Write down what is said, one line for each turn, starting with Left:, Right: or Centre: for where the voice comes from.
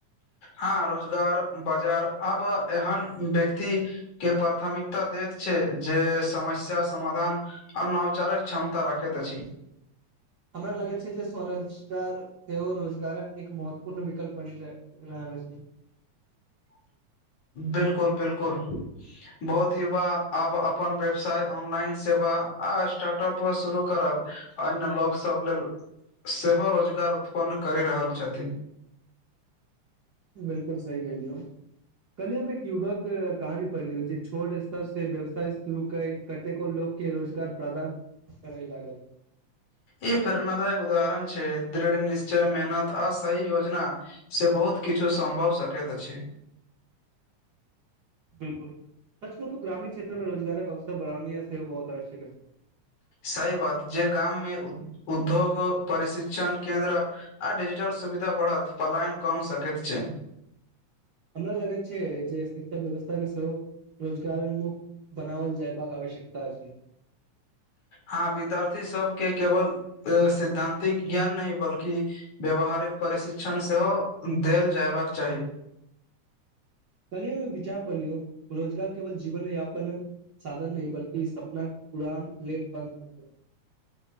Left: हँ रोजगार बाजार अब एहन व्यक्ति के प्राथमिकता दैत छै जे समस्या समाधान अ नोचारक क्षमता रखैत त अछि
Right: हमरा लगे छै जे स्व रोजगार सेहो रोजगारक एक महत्वपूर्ण विकल्प बनि रहय रहल अछि। <inaudible>
Left: बिलकुल-बिलकुल। बहुत युवा आब अपन व्यवसाय ऑनलाइन सेवा आ स्टार्टप शुरू करब अन्य लोक सब लेल सेहो रोजगार उत्पन्न करि रहल छथि।
Right: बिलकुल सही कहिलियौ। कल्हि हम एक युवाक कहानी पढ़लियौ जे छोट स्तर से व्यवसाय शुरू कर कतेको लोक के रोजगार प्रदान करे लागल
Left: ई प्रेरणादायक उदाहरण छै दृढ़, निश्चय, मेहनत आ सही योजना से बहुत किछो सम्भव सकैत अछि।
Right: बिल्कुल सच कहु तो ग्रामीण क्षेत्र मे रोजगारक अवसर बढ़ानीय सेहो बहुत आवश्यक अछि।
Left: सही बात जे गाम मे उ उधोग ओ प्रशिक्षण केन्द्र आ डिजिटल सुविधा बढ़त पलायन कम सकैत छै।
Right: हमरा लगैत छै जे शिक्षा व्यवस्था के सेहो रोजगार उन्मुख बनावल जायबाक आवश्यकता छै।
Left: हां विद्यार्थी सबके केवल ए सिद्धानतिक ज्ञान नहि बल्कि व्यवहारिक प्रशिक्षण सेहो देल जायबाक चाही।
Right: कल्हि हम एक विचार पढ़लियौ रोजगार केवल जीवन यापन साधन नहि बल्कि सपनाक उड़ान लेल पंख हो।